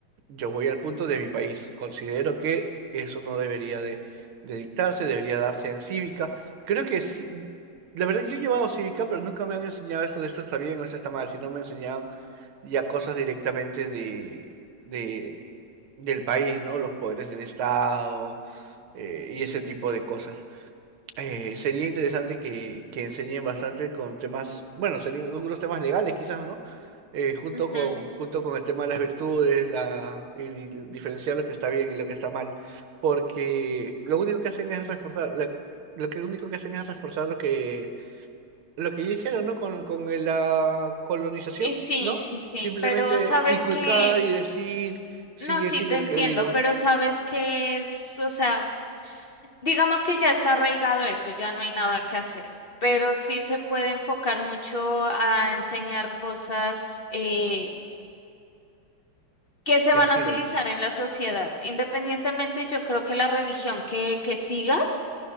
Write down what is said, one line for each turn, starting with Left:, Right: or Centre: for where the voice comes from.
Right: Yo voy al punto de mi país. Considero que eso no debería de, de dictarse, debería darse en cívica. Creo que sí. La verdad, yo he llevado cívica, pero nunca me han enseñado esto de esto está bien o esto está mal, sino me enseñaban ya cosas directamente de, de, del país, ¿no? Los poderes del Estado eh, y ese tipo de cosas. Eh, sería interesante que, que enseñen bastante con temas, bueno, serían algunos temas legales quizás, ¿no? Eh, junto
Left: Ujú.
Right: con, junto con el tema de las virtudes, la, y di- diferenciar lo que está bien y lo que está mal, porque lo único que hacen es reforzar, la- lo que único que hacen es reforzar lo que, lo que ya hicieron, ¿no? Con, con el- la colonización,
Left: Y sí,
Right: ¿no?
Left: sí, sí,
Right: Simplemente
Left: pero sabes
Right: inculcar
Left: que
Right: y decir, sigue,
Left: No, sí,
Right: sigue
Left: te entiendo,
Right: lo que digo,
Left: pero sabes que es, o sea, digamos que ya está arraigado eso, ya no hay nada que hacer, pero sí se puede enfocar mucho a enseñar cosas eh, que se
Right: que
Left: van
Right: sirvan.
Left: a utilizar en la sociedad. Independientemente, yo creo que la religión que, que sigas,